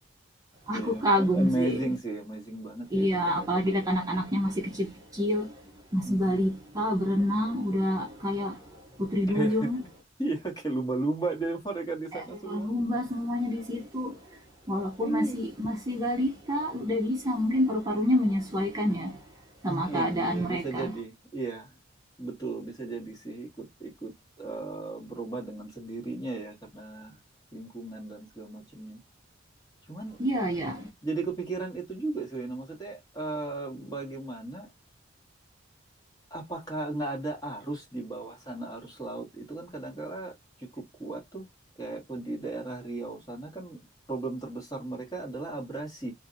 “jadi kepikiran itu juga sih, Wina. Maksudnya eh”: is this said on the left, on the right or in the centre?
Left